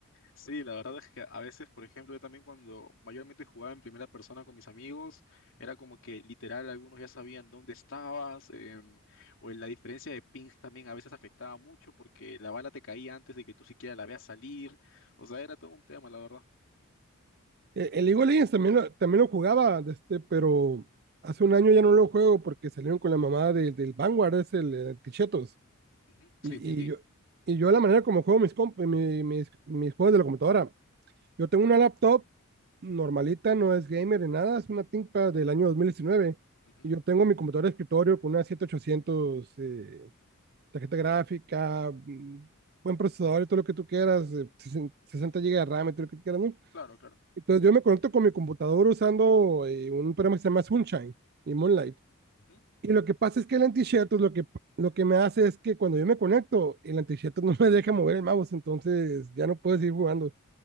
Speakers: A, on the left (about 65°); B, on the right (about 45°).
A: Sí, la verdad es que a veces, por ejemplo, yo también cuando mayormente jugaba en primera persona con mis amigos, era como que literal algunos ya sabían dónde estabas, em, o en la diferencia de pings también a veces afectaba mucho porque la bala te caía antes de que tú siquiera la veas salir, o sea, era todo un tema, la verdad.
B: Eh, El League of Legends también lo, también lo jugaba, de este, pero hace un año ya no lo juego porque salieron con la mamá de- del Vanguard, es el, eh, Tichetos.
A: Ujú, Sí,
B: Y,
A: sí, sí.
B: y yo, y yo la manera como juego mis, comp- mi- mis, mis juegos de la computadora, yo tengo una laptop normalita, no es gamer ni nada, es una ThinkPad del año dos mil diecinueve
A: Ujú,
B: Y yo tengo mi computadora de escritorio con una 7800, eh, tarjeta gráfica, mm, buen procesador y todo lo que tú quieras, eh, 60 60 GB de RAM y todo lo que tú quieras, ¿no?
A: Claro, claro.
B: Entonces yo me conecto con mi computadora usando eh, un programa que se llama Sunshine y Moonlight.
A: Ujú.
B: Y lo que pasa es que el anti-share, lo que, lo que me hace es que cuando yo me conecto, el anti-share <laughs> no me deja mover el mouse, entonces ya no puedo seguir jugando.